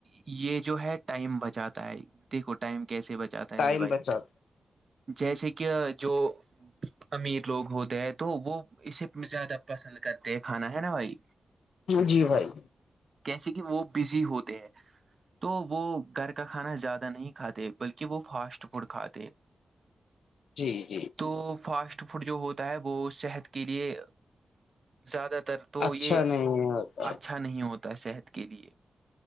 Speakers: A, on the right (about 50°); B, on the left (about 80°).
A: یہ جو ہے ٹائم بچاتا ہے دیکھو ٹائم کیسے بچاتا ہے
B: ٹائم
A: یہ بھائی
B: بچا
A: جیسے کہ جو امیر لوگ ہوتے ہیں تو وہ اسے زیادہ پسند کرتے کھانا ہے نا بھائی
B: جی بھائی
A: کیسے کہ وہ بزی ہوتے ہیں تو وہ گھر کا کھانا زیادہ نہیں کھاتے بلکہ وہ فاسٹ فوڈ کھاتے
B: جی جی
A: تو فاسٹ فوڈ جو ہوتا ہے وہ صحت کے لیے زیادہ تر تو
B: اچھا
A: یہ
B: نہیں ہوتا
A: اچھا نہیں ہوتا صحت کے لیے